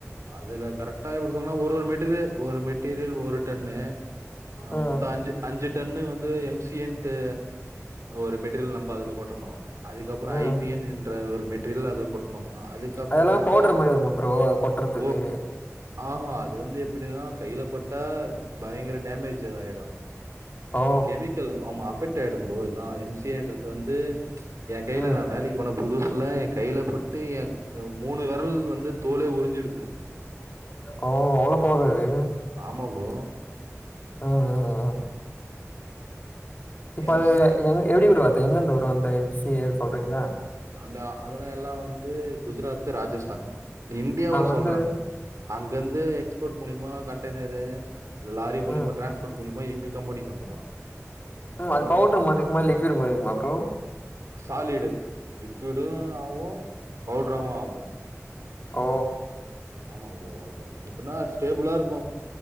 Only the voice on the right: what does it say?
அதுல கரெக்டா இப்படி சொன்னா ஒரு ஒரு மெட்டீரியல் ஒரு மெட்டீரியல் ஒரு டன்னு ஆ
மொத்தோ அஞ்சு அஞ்சு டன்னு வந்து எம் சி ஏன்ட்டு ஒரு மெட்டீரியல் நம்ம அதுல கொட்டணு அதுக்கப்புறோ
ஐ பி என் என்ற ஒரு மெட்டீரியல் அது கொட்ணு அதுக்கப்புறமேட்டா
ஓ ஆஹா அது வந்து எப்படின்னா கையில பட்டா பயங்கர டாமேஜ் எதா ஆயிடு
கெமிக் க்கல் ஆமா அஃபெக்ட் ஆயிடு ப்ரோ இதலா எம் சி ஏ ன்றது வந்து என் கையில
நா வேலைக்கு போன புதுசுல என் கையில பட்டு எ மூணு விரல் வந்து தோலே உறிஞ்சிடுது
ஆமா ப்ரோ
எம்சி
அந்த அதல்லா எல்லா வந்து குஜராத் ராஜஸ்தான் இன்டியாவ
சொல்றே
அங்கந்து எக்ஸ்போர்ட் மூலியமா கண்டெய்னரு இல்ல லாரி மூலியமா
டிரான்ஸ்போர்ட் மூலியமா எங்க கம்பெனிக்கு வந்துரு
எங்க
சாலிடு லிக்விடு ஆவு பவுட்ராவு ஆவு
ஆமா ப்ரோ அது எப்படின்னா ஸ்டேபுளா இருக்கு